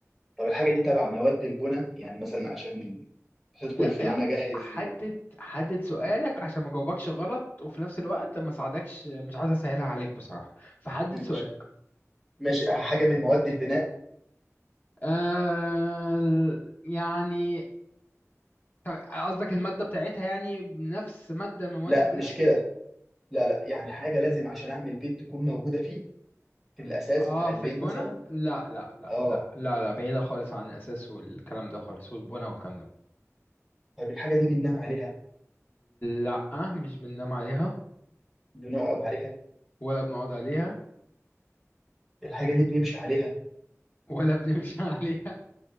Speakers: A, in the centre; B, on the left (about 35°).
A: طب الحاجة دي تبع مواد البناء يعني مثلا عشان تدخل
B: لا
A: في
B: يع-
A: ان انا اجهز
B: حدد حدد سؤالك عشان ما جاوبكش غلط وفي نفس الوقت ما ساعدكش مش عايز اسهلها عليك بصراحة فحدد
A: ماشي
B: سؤالك
A: ماشي حاجة من مواد البناء
B: آه ال- يعني قصدك المادة بتاعتها يعني نفس مادة من مواد
A: لا
B: البناء
A: مش كده لا لا يعني حاجة لازم عشان اعمل بيت تكون موجودة فيه في الاساس
B: اه
A: بتاع البيت
B: في البنا
A: مثلا
B: لا لا لا
A: اه
B: لا لا لا بعيدة خالص عن الأساس والكلام ده خالص والبنا والكلام ده
A: طيب الحاجة دي بننام عليها
B: لا مش بننام عليها
A: بنقعد عليها
B: ولا بنقعد عليها
A: الحاجة دي بنمشي عليها
B: ولا بنمشي <laughs> عليها